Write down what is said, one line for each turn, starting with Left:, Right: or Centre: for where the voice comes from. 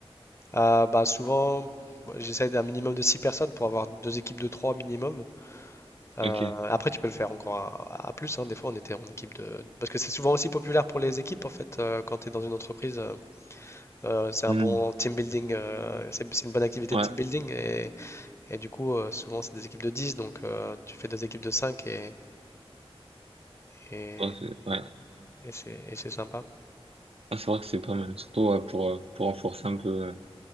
Left: Ah, bah, souvent, moi, j'essaie d'un minimum de 6 personnes pour avoir deux équipes de 3 minimum. Euh,
Right: Ok.
Left: après, tu peux le faire encore à, à- plus. hein. Des fois, on était en équipe de... Parce que c'est souvent aussi populaire pour les équipes, en fait, euh, quand tu es dans une entreprise. euh, euh, c'est un
Right: Hmm.
Left: bon team building. euh, c'est c'est une bonne activité
Right: Ouais.
Left: de team building. Et, et du coup, euh, souvent, c'est des équipes de dix Donc, euh, tu fais deux équipes de 5 et, et,
Right: Oh, c'est ouais.
Left: et c'est et c'est sympa.
Right: Ah, c'est vrai que c'est pas mal. Surtout ouais, pour, euh, pour renforcer un peu euh,